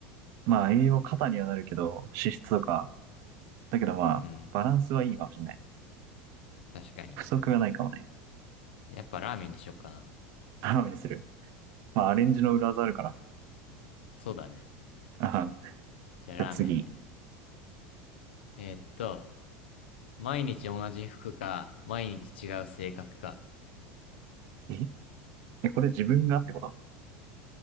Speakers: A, on the right; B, on the left.
A: まあ、栄養過多にはなるけど、脂質とか。だけどまあ、
B: うん。
A: バランスはいいかもしれない。
B: 確かに。
A: 不足がないかもね。
B: やっぱラーメンにしよっかな。
A: 頼みにする。まあ、アレンジの裏技あるから。
B: うん。そうだね。
A: あはんじ
B: じゃあラーメンで。
A: ゃあ次。
B: えーっと、毎日同じ服か、毎日違う性格か。
A: ええこれ自分がってこと